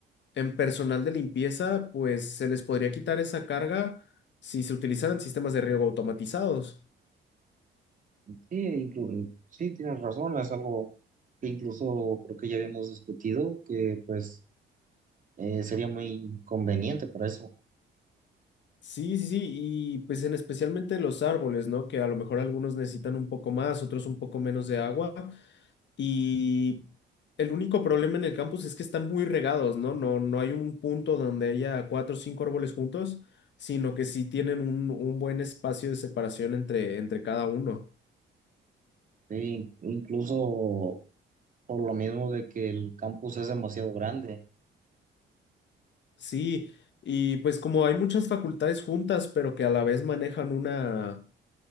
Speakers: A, on the left (about 65°); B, on the right (about 40°).
A: en personal de limpieza, pues se les podría quitar esa carga si se utilizaran sistemas de riego automatizados.
B: Sí, inclu- sí, tienes razón, es algo que incluso creo que ya habíamos discutido, que pues eh, sería muy conveniente para eso.
A: Sí, sí, sí, y pues en especialmente los árboles, ¿no? Que a lo mejor algunos necesitan un poco más, otros un poco menos de agua, Y el único problema en el campus es que están muy regados, ¿no? No, no hay un punto donde haya cuatro o cinco árboles juntos, sino que sí tienen un, un buen espacio de separación entre, entre cada uno.
B: Sí, incluso por lo mismo de que el campus es demasiado grande.
A: Sí, y pues como hay muchas facultades juntas, pero que a la vez manejan una,